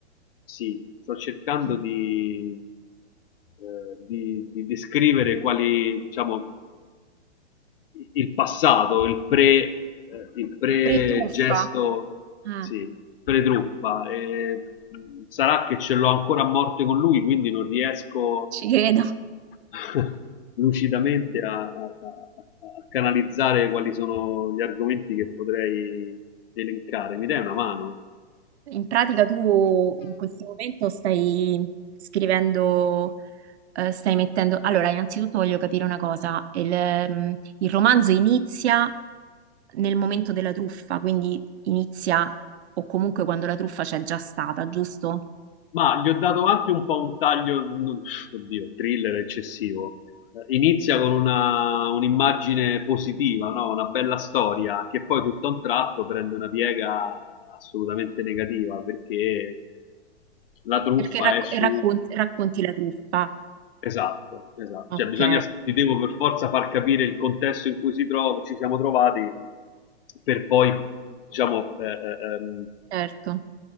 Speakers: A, on the left; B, on the right.
A: Sì, sto cercando
B: Ah,
A: di, eh, di, di descrivere quali, diciamo, il passato, il pre, eh, il pre-gesto,
B: il pre-truffa. Ah,
A: sì, pre-truffa. E, mh, sarà che ce l'ho ancora a morte con lui, quindi non riesco
B: ci credo.
A: <laughs> lucidamente a, a- a- a canalizzare quali sono gli argomenti che potrei elencare. Mi dai una mano?
B: In pratica tu in questo momento stai scrivendo, eh, stai mettendo... Allora, innanzitutto voglio capire una cosa. Il, ehm, il romanzo inizia nel momento della truffa, quindi inizia o comunque quando la truffa c'è già stata, giusto?
A: Ma gli ho dato anche un po' un taglio, non- oddio, thriller eccessivo. Eh, Inizia con una- un'immagine positiva, no? Una bella storia, che poi tutto a un tratto prende una piega assolutamente negativa, perché la truffa
B: Perché racco-
A: è su
B: raccon- racconti la truffa.
A: Esatto, esatto.
B: Ok,
A: Cioè, bisogna, ti devo per forza far capire il contesto in cui si trova, ci siamo trovati per poi, diciamo, eh, eh, ehm,
B: certo.